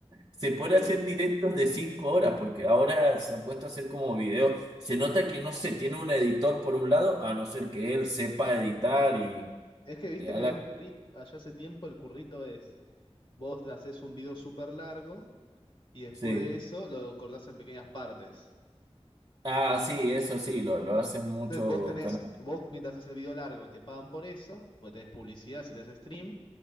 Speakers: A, on the right (about 40°); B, on the left (about 50°).
A: Se pone
B: Y
A: a hacer directos de cinco horas, porque ahora se ha puesto a hacer como videos. Se nota que no se tiene un editor por un lado, a no ser que él sepa editar y
B: es que viste
A: le da
B: que
A: la...
B: hay un currito, allá hace tiempo el currito es, vos haces un video súper largo y después
A: Sí.
B: de eso lo cortás en pequeñas partes.
A: Ah, sí, eso sí, lo, lo hacen muchos
B: Entonces vos tenés,
A: canales.
B: vos mientras haces el video largo te pagan por eso, porque tenés publicidad si tenés stream,